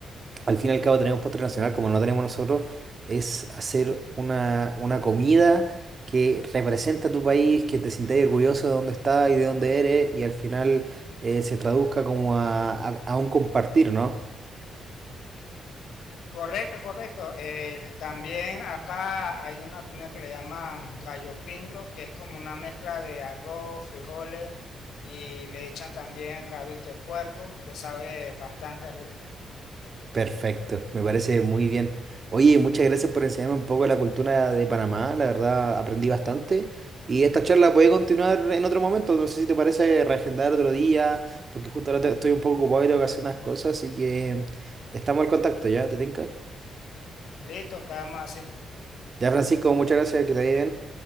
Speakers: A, on the right; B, on the left.
A: al fin y al cabo tenemos postre nacional, como no tenemos nosotros, es hacer una, una comida que representa tu país, que te sientas orgulloso de dónde estás y de dónde eres, y al final eh, se traduzca como a, a- a un compartir, ¿no?
B: Correcto, correcto. El- también acá hay una comida que le llaman gallo pinto, que es como una mezcla de arroz, frijoles y le echan también rabito de puerco, que sabe bastante rico.
A: Perfecto, me parece muy bien. Oye, muchas gracias por enseñarme un poco de la cultura de Panamá, la verdad aprendí bastante y esta charla puede continuar en otro momento, no sé si te parece reagendar otro día, porque justo ahora te- estoy un poco ocupado y tengo que hacer unas cosas, así que estamos al contacto, ¿ya? ¿Te tinca?
B: Listo, quedamos así.
A: Ya, Francisco, muchas gracias, que te vaya bien.